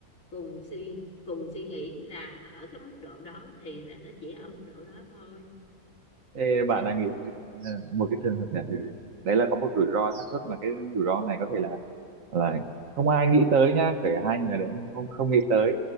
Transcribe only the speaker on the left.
cùng suy cùng suy nghĩ là ở cái mức độ đó thì là nó chỉ ở mức độ đó thôi
đó